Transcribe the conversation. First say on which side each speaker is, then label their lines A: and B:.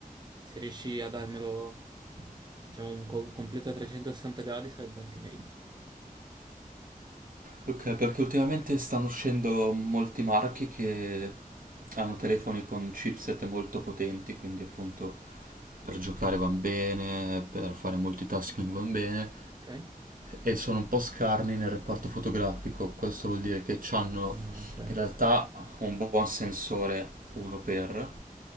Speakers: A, on the right (about 30°); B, on the right (about 70°).
A: se riesci a darmelo, diciamo, un co- completo a 360 gradi sarebbe anche meglio.
B: Ok, perché ultimamente stanno uscendo molti marchi che hanno telefoni con chipset molto potenti, quindi appunto per giocare van bene, per fare multitasking van bene,
A: Ok?
B: e sono un po' scarni nel reparto fotografico. Questo vuol dire che hanno
A: No, ok.
B: in realtà un buon sensore 1x,